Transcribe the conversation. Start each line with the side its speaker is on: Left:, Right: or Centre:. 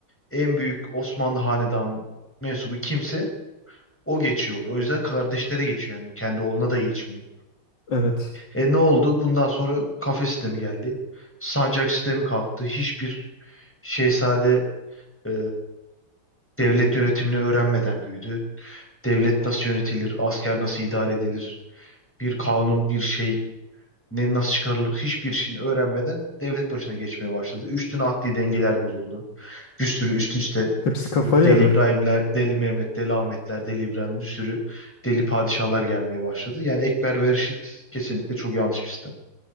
Centre: en büyük Osmanlı hanedan mensubu kimse O geçiyor oluyor. O yüzden kardeşlere geçiyor yani. Kendi oğluna da geçmiyor.
Left: Evet.
Centre: E ne oldu? Bundan sonra kafe sistemi geldi. Sancak sistemi kalktı. Hiçbir şehzade e, devlet yönetimini öğrenmeden büyüdü. Devlet nasıl yönetilir? Asker nasıl idare edilir? Bir kanun, bir şey ne nasıl çıkarılır? Hiçbir şeyini öğrenmeden devlet başına geçmeye başladı. Üstüne akli dengeler bozuldu. Bir sürü üst üste
Left: Hepsi kafayı
Centre: yok Deli
Left: yedi.
Centre: İbrahimler, Deli Mehmet, Deli Ahmetler, Deli İbrahim bir sürü deli padişahlar gelmeye başladı. Yani Ekber ve Reşit kesinlikle çok yanlış bir sistem.